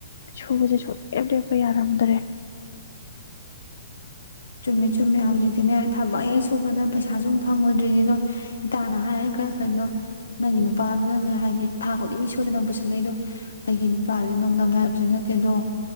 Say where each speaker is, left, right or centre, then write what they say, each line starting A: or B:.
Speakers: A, on the left; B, on the left.
A: ꯁꯨꯕꯁꯦ ꯁꯨꯡꯂꯦꯞ ꯂꯦꯞꯄ ꯌꯥꯔꯝꯗ꯭ꯔꯦ
B: ꯆꯨꯝꯃꯦ ꯆꯨꯝꯃꯦ ꯍꯧꯖꯤꯛꯇꯤꯅꯦ ꯊꯕꯛ ꯍꯦꯛ ꯁꯨꯕꯅ ꯄꯩꯁꯥꯁꯨ ꯐꯪꯉꯨꯗ꯭ꯔꯤꯅꯤꯗꯣ ꯏ ꯇꯇꯥꯅ ꯍꯥꯏꯔ ꯀꯣꯏꯩꯅꯣ ꯅꯪꯒꯤ ꯅꯨꯄꯥꯗꯨꯅꯅꯦ ꯍꯥꯏꯗꯤ ꯊꯥ ꯈꯨꯗꯤꯡꯒꯤ ꯐꯗꯅ ꯄꯨꯁꯤꯜꯂꯛꯏꯗꯣ ꯑꯩꯒꯤ ꯄꯥꯗꯤ ꯅꯣꯡꯗꯝꯝ ꯍꯥꯏꯏꯕꯁꯨ ꯅꯠꯇꯦ ꯑꯗꯣ